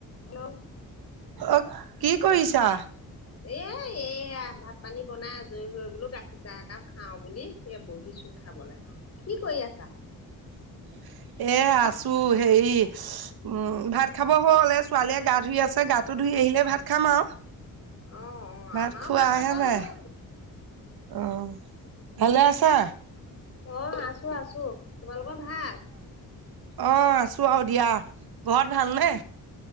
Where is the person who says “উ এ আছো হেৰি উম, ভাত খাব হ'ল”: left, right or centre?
Right